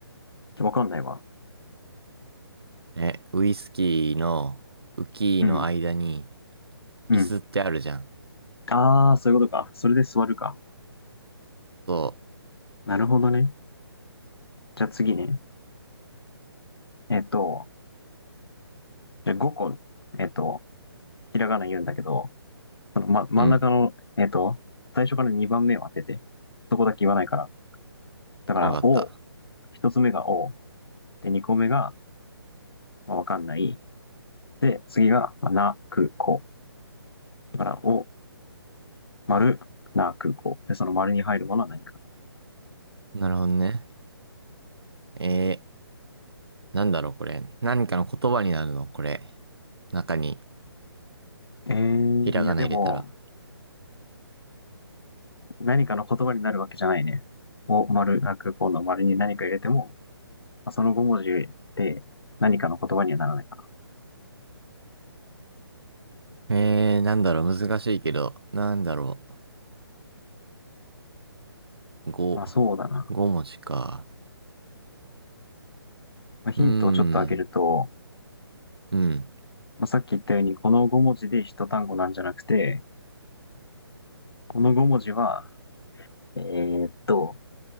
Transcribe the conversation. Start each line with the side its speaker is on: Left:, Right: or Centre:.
Left: ちょわかんないわ。
Right: え、ウイスキーの、ウキーの間に、
Left: うん。うん。
Right: 椅子ってあるじゃん。
Left: ああ、そういうことか。それで座るか。
Right: そ
Left: なるほどね。じゃあ次ね。えっと、じゃあ5個、えっと、ひらがな言うんだけど、その、ま、真ん中の、
Right: う。うん。
Left: えっと、最初から2番目を当てて。そこだけ言わないから。だから、
Right: わかった。
Left: お、1つ目がお、で、2個目が、まあ、わかんない。で、次が、まあな、く、こ。だから、お、丸な空港。で、その丸に入るものは何か。
Right: なるほどね。えー、なんだろう、これ。何かの言葉になるの、これ。中に、
Left: えー、
Right: ひらがな入れたら。
Left: いやでも、何かの言葉になるわけじゃないね。を丸な空港の丸に何か入れても、まあその5文字で何かの言葉にはならないかな。
Right: えー、なんだろう、難しいけど、なんだろう。ご
Left: まあそうだな。
Right: ご文字か。
Left: まあ、ヒントをちょっと開けると、
Right: うーん、うん。
Left: まあ、さっき言ったように、この5文字で一単語なんじゃなくて、この5文字は、えーっと、